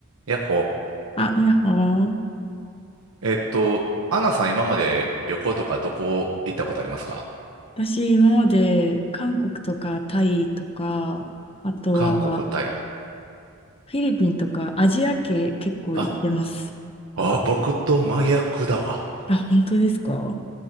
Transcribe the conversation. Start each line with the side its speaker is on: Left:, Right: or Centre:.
Right: やっほ。
Left: あ、いや、ほー
Right: えっと、アンナさん、今まで旅行とかどこ行ったことありますか
Left: 私、今まで韓国とかタイとか、あとは
Right: 韓国、タイ。
Left: フィリピンとかアジア系結構行ってます。
Right: あ、あ、僕と真逆だわ。
Left: あ、本当ですか